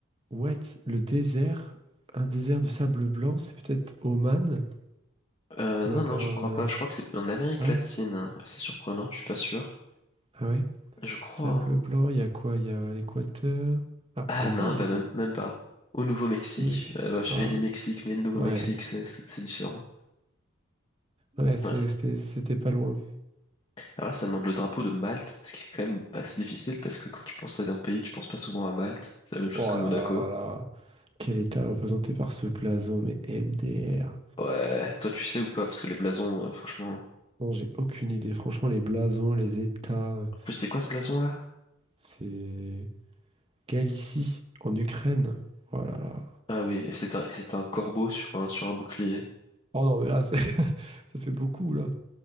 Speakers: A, on the right; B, on the left.
A: Ouais, le désert, un désert de sable blanc, c'est peut-être Oman
B: Euh,
A: ou
B: non,
A: alors
B: non, je ne crois
A: euh,
B: pas. Je crois que c'est en Amérique
A: ah ouais,
B: latine. C'est surprenant, je suis pas sûr.
A: ah ouais,
B: Je crois,
A: sable
B: hein.
A: blanc. Il y a quoi? Il y a l'Équateur. Ah,
B: Ah
A: les
B: non,
A: États-Unis,
B: bah même, même pas. Au Nouveau-Mexique.
A: au Mexique.
B: Euh, bah, j'avais
A: Ah
B: dit Mexique, mais le Nouveau-Mexique,
A: ouais.
B: c'est c'est- c'est différent.
A: Ouais, c'est-
B: Ouais.
A: c'était c'était pas loin.
B: Alors là, ça demande le drapeau de Malte, ce qui est quand même assez difficile parce que quand tu penses à un pays, tu penses pas souvent à Malte. C'est la même chose
A: Oh
B: que Monaco.
A: là là là là. Quel état représenté par ce blason, mais MDR.
B: Ouais, toi tu sais ou pas, parce que les blasons, euh, franchement.
A: Non, j'ai aucune idée. Franchement, les blasons, les états, euh,
B: En plus, c'est quoi ce blason là?
A: c'est Galicie, en Ukraine. Oh là là.
B: Ah oui, et c'est un, c'est un corbeau sur un, sur un bouclier.
A: Oh non, mais là, c'est- <laughs> ça fait beaucoup, là.